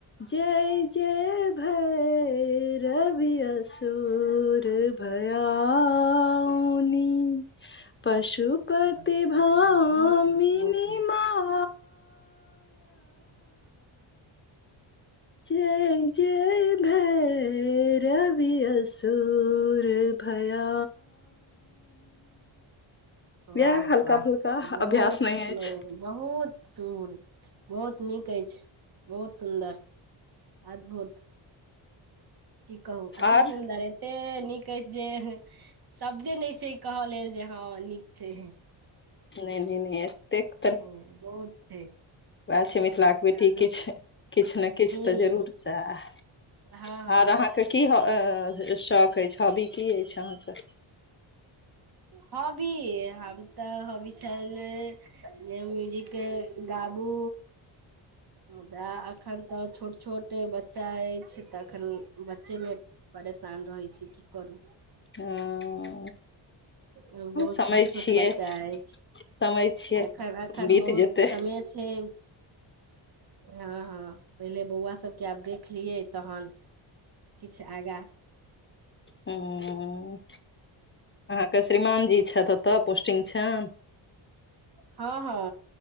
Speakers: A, on the left (about 25°); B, on the right (about 50°).
A: जय जय भैरवि असुर भयाउ नि पशुपति
B: वाह बहुत बढ़िया
A: भामिनि
B: बहुत नीक बहुत नीक
A: मा जय जय भैरवि असुर भया वएह
B: वाह
A: हल्का
B: वाह
A: फुल्का
B: बहुत
A: अभ्यास नहि अछि
B: नि बहुत सुुर बहुत नीक अछि बहुत सुन्दर अद्भुत की कहू अति
A: आर
B: सुंन्दर एते नीक अछि जे शब्दे नहि छै कहऽ लेल जे हँ नीक छै
A: नहि नहि नहि एतेक
B: ब बहुत छै
A: उएह छै मिथिला के बेटी
B: चलू
A: किछु किछु ने किछु
B: हू
A: तऽ
B: हू
A: जरूर तऽ
B: हँ हँ
A: आर अहाँ के की ह शौक अछि हॉबी की अछि अहाँके
B: हॉबी हम तऽ हॉबी छल जे म्यूजिक गाबू मुदा एखन तऽ छोट छोट बच्चा अछि तऽ एखन बच्चेमे परेशान रहै छी की करू
A: हँ
B: ह बहुत
A: समय
B: छोट छोट
A: छियै
B: बच्चा अछि
A: समय छियै
B: एखन एखन
A: बीत
B: बहुत
A: जेतै
B: समेय छै हँ हँ पहिले बौआ सबके आब देखलियै तहन किछु आगा
A: ह अहाँके श्रीमान जी छथि ओतऽ पोस्टिंग छनि
B: हँ हँ